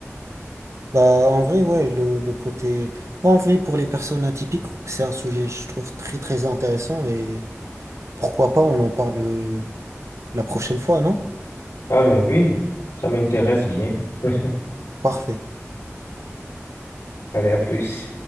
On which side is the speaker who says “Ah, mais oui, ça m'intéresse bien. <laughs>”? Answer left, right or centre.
Left